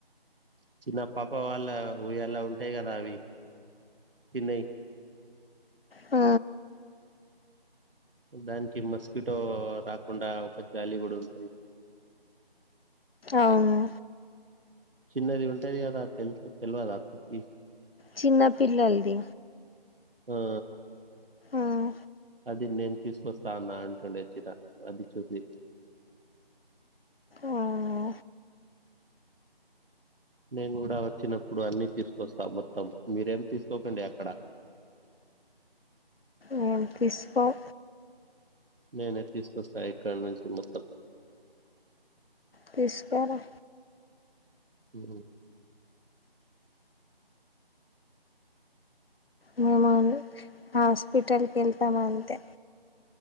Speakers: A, on the right; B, on the left.
A: చిన్న పాప వాళ్ళ ఉయ్యాల ఉంటాయి కదా అవి చిన్నవి
B: ఆ
A: దానికి మస్కటో రాకుండా ఒక జాలి కూడా ఉంటుంది
B: అవును
A: చిన్నది ఉంటది కదా తెలుసు తెల్వదా పిచ్చి
B: చిన్న పిల్లలది
A: హా
B: ఉమ్
A: అది నేను తీసుకొస్తా అన్నా అంటుండే చిరా అది చూసి
B: అవును
A: నీను కూడా వచ్చినప్పుడు అన్ని తీసుకొస్తా మొత్తం మీరేం తీసుకోకండి అక్కడ
B: మేము తీసుకోం
A: నీనే తీసుకొస్తా ఇక్కడ నుంచి మొత్తం
B: తీసుకరా
A: అ
B: మీమందే హాస్పిటల్కి హాస్పిటల్ కేల్తమంతే